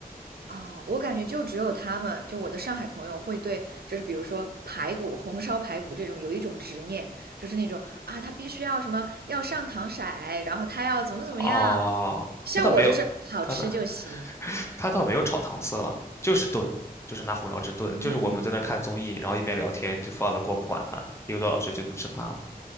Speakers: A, on the right; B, on the left.
A: 啊、我感觉就只有他们，就我的上海朋友会对，就是比如说排骨、红烧排骨这种有一种执念，就是那种啊，他必须要什么要上糖色，然后他要怎么怎么样。
B: 啊，
A: 像我就是好吃就行。
B: 他倒没有，他的他倒没有炒糖色了，就是炖，就是拿红烧汁炖，
A: 嗯，
B: 就是我们在那看综艺，然后一边聊天就放了锅不管它，一个多小时就能吃饭了。